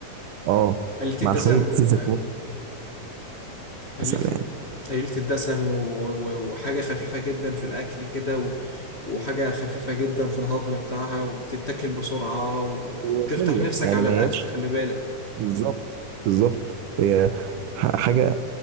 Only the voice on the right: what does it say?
اه
مع شويه زيت زيتون
يا سلام
وشلوى
يعني
ما
هياش
بالظبط بالظبط هي ح- حاجة